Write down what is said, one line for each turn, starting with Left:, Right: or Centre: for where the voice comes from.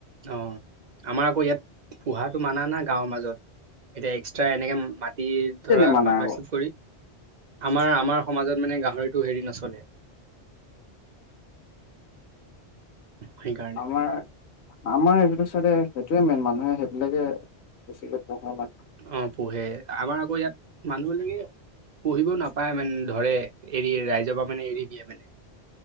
Right: অ আমাৰ আকৌ ইয়াত পোহাটো মানা নাই গাঁৱৰ মাজত। এতিয়া এক্সট্ৰা এনেকে মাত
Left: কেলে
Right: ধৰা
Left: মানা
Right: পাটৰ্ণাশ্বিপ
Left: আকৌ
Right: কৰি আমাৰ আমাৰ সমাজত মানে গা ভৰিটো হেৰি নচলে। সেইকাৰণে
Left: আমাৰ আমাৰ এপিনে ছাইডে সেইটোয়ে মেইন মানুহে সেইবিলাকে বেছিকে পোহে মানে
Right: অ পোহে আমাৰ আকৌ ইয়াত মানুহবিলকে পোহিব নাপায় মানে ধৰে এৰি ৰাইজৰ পৰা মানে এৰি দিয়ে মানে।